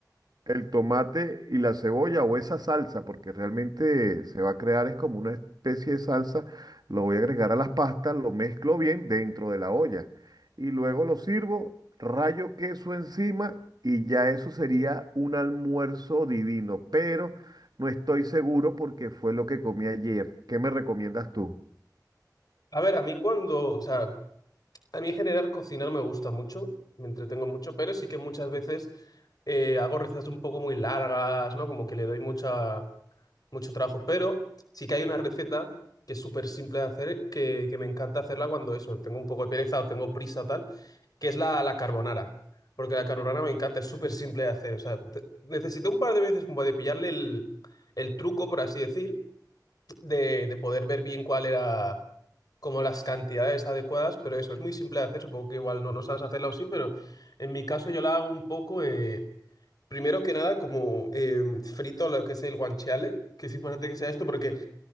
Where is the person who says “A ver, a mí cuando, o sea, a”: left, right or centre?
Left